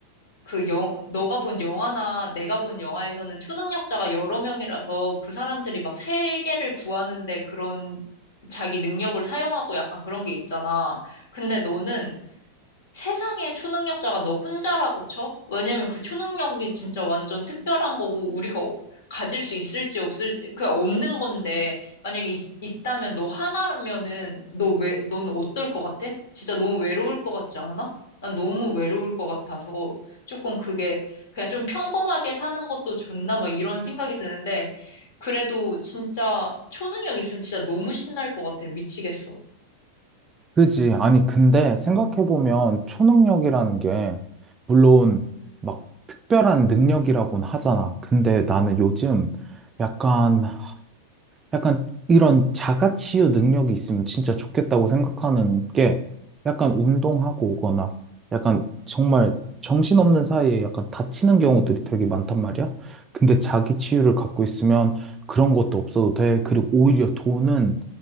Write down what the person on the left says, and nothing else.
그 영, 너가 본 영화나 내가 본 영화에서는 초능력자가 여러 명이라서 그 사람들이 막 세계를 구하는데 그런 자기 능력을 사용하고 약간 그런 게 있잖아. 근데 너는 세상에 초능력자가 너 혼자라고 쳐? 왜냐면 그 초능력이 진짜 완전 특별한 거고 우리가 어- 가질 수 있을지 없을지 그 없는 건데 만약에 있, 있다면 너 하나면은 너 왜, 너는 어떨 것 같아? 진짜 너무 외로울 것 같지 않아? 난 너무 외로울 것 같아서 조금 그게 그냥 좀 평범하게 사는 것도 좋나 막 이런 생각이 드는데 그래도 진짜 초능력 있으면 진짜 너무 신날 것 같아. 미치겠어.